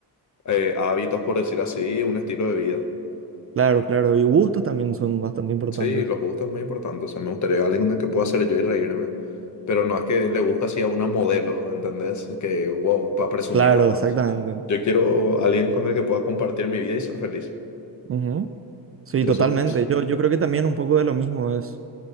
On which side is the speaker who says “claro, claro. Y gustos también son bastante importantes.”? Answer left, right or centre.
Right